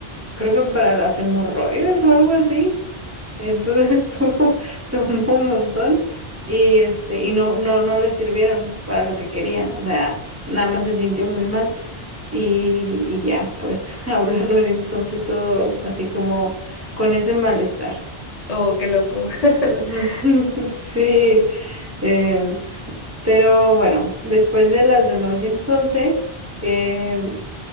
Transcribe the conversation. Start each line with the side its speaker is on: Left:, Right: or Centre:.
Right: creo que para las hemorroides o algo así. Entonces <laughs> tuvo, tomó un montón y este, y no, no, no le sirvieron para lo que quería. O sea, nada más se sintió muy mal. Y, y ya, pues <laughs> habló al 911 todo así como con ese malestar.
Left: Oh, qué loco. <laughs>
Right: Ujú, <laughs> Sí, em, pero bueno, después de las del 911, em,